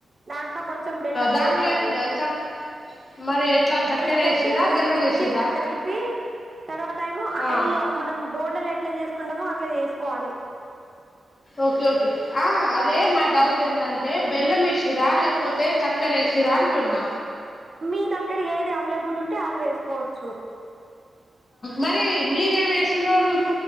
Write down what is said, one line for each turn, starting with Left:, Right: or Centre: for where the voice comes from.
Right: దాంట్లో కొంచెం బెల్లం
Left: దాంట్లో
Right: వేస్తారు
Left: ఏం చ మరి ఎట్లా చక్కెర
Right: బెల్లం
Left: వేసిరా
Right: వేసి
Left: బెల్లం
Right: మంచిగా
Left: వేసిరా
Right: కలిపి తర్వాత ఏమో ఆయిల్
Left: ఆ
Right: లో మనం బొండలు ఎత్ ఏట్లా చేసుకుంటామో అట్లా చేసుకోవాలి
Left: ఓకే ఓకే ఆ అదే నా డౌట్ ఏందంటే బెల్లం వేసిరా లేకపోతే చక్కర వేసిరా అంటున్నా
Right: మీ దగ్గర ఏది అవైలబుల్ ఉంటే అది వేసుకోవచ్చు
Left: మరి మీరేమి వేసినోరు